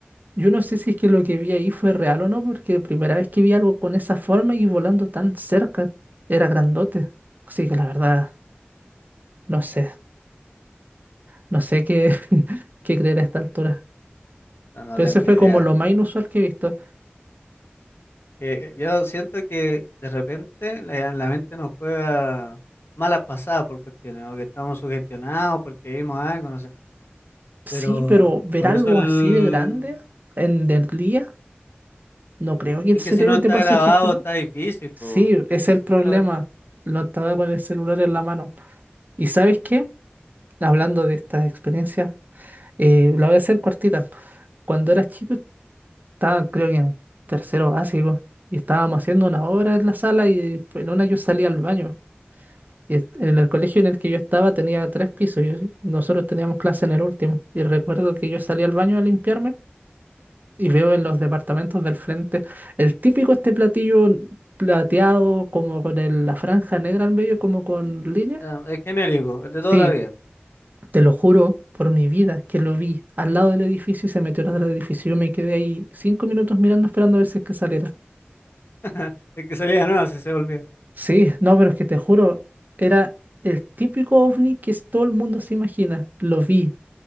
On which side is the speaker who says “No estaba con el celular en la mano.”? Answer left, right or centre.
Right